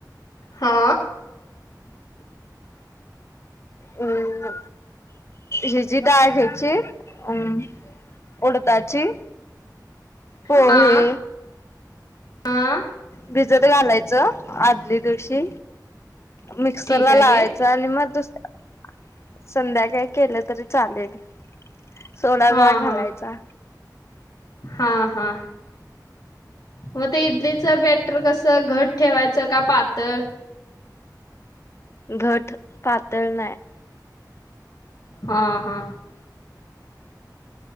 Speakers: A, on the left (about 65°); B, on the left (about 40°).
A: हा. <unintelligible>
B: हम्. हिची डाळ घ्यायची अम उडदाची पोहे.
A: हा हा
B: भिजत घालायचं आदली दिवशी मिक्सर
A: ठीक
B: ला लावायच.
A: आहे
B: आणि मग दुसऱ्या दिवशी संध्याकाळी केलं तरी चालेल. सोडा
A: हा
B: जरा घालायचा
A: हा हा हा. मग ते इडलीच बॅटर कस घट ठेवायचं का पातळ.
B: घट पातळ नाही.
A: हा हा.